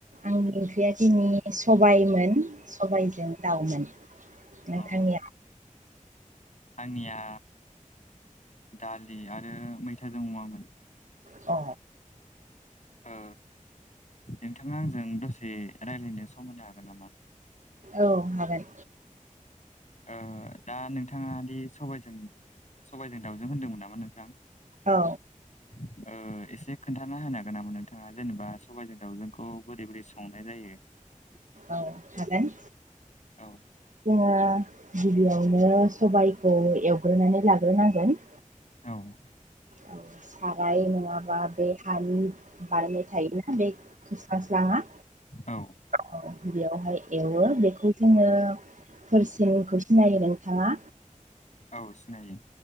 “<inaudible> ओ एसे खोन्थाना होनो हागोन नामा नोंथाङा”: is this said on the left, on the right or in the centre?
Left